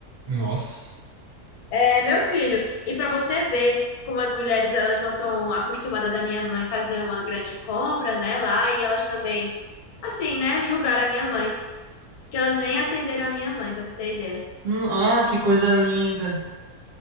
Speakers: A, on the right; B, on the left.
A: nossa.
B: É meu filho. E para você ver como as mulheres elas não estão acostumadas da minha mãe fazer uma grande compra, né, lá, e elas também, assim, né, julgaram a minha mãe, que elas nem atenderam a minha mãe, para tu ter ideia.
A: Hum, Ah, que coisa linda.